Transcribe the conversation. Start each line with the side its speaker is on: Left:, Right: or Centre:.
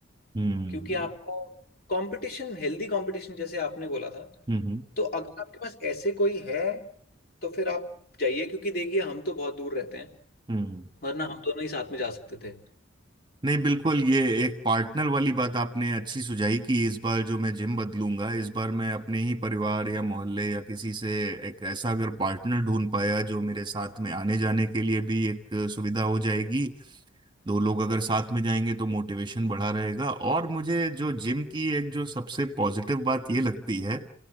Right: हम्म
Left: क्योंकि आपको कंपटीशन हेल्दी कंपटीशन जैसे आपने बोला था
Right: हम्म
Left: तो अगर आपके पास ऐसे कोई है तो फिर आप जाइए क्योंकि देखिए हम तो बहुत दूर रहते हैं
Right: हम्म
Left: वरना हम दोनों ही साथ में जा सकते थे
Right: नहीं बिल्कुल ये एक पार्टनर वाली बात आपने अच्छी सुझाई कि इस बार जो मैं जिम बदलूंगा इस बार मैं अपने ही परिवार या मोहल्ले या किसी से एक ऐसा अगर पार्टनर ढूंढ पाया जो मेरे साथ में आने जाने के लिए भी एक सुविधा हो जाएगी दो लोग अगर साथ में जाएंगे तो मोटिवेशन बढ़ा रहेगा और मुझे जो जिम की एक जो सबसे पॉजिटिव बात ये लगती है